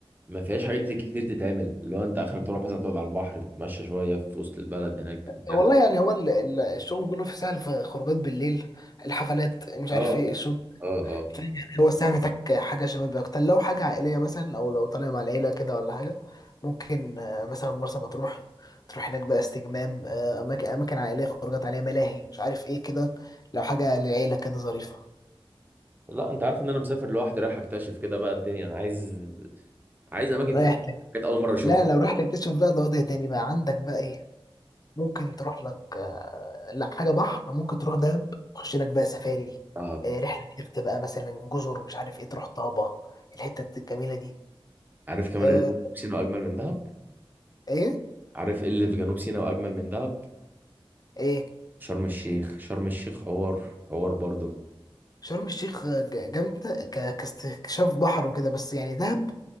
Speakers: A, on the right; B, on the left.
A: ما فيهاش حاجات كتير تتعمل اللي هو انت اخرك تروح مثلا تقعد على البحر تتمشى شوية في وسط البلد هناك بتاع
B: والله يعني هو ال- ال- الشغل كله في سهل في خروجات بالليل الحفلات مش
A: اه
B: عارف ايه الشغل
A: اه اه
B: فاهم يعني هو الساعة محتاج حاجة شبابية أكتر لو حاجة عائلية مثلا أو لو طالع مع العيلة كده ولا حاجة ممكن آه، مثلا مرسى مطروح تروح هناك بقى استجمام آه، أماكن أماكن عائلية خروجات عليها ملاهي مش عارف ايه كده لو حاجة للعيلة كده ظريفة
A: لا انت عارف ان انا مسافر لوحدي رايح اكتشف كده بقى الدنيا انا عايز عايز اماكن
B: رايح
A: فيها حاجات اول مرة اشوفها
B: لا لو رحت تكتشف بقى ده وضع تاني بقى عندك بقى ايه ممكن تروح لك آه، لحاجة بحر ممكن تروح دهب تخش لك بقى سفاري
A: اه
B: آه، رحلة يخت بقى مثلا جزر مش عارف ايه تروح طابة الحتة الجميلة دي
A: عارف كمان
B: آه،
A: ايه اللي في سينا اجمل من دهب
B: ايه
A: عارف ايه اللي في جنوب سينا واجمل من دهب
B: ايه
A: شرم الشيخ شرم الشيخ حوار حوار برضه
B: شرم الشيخ آه، ج- جامدة ك- كاستكشاف بحر وكده بس يعني دهب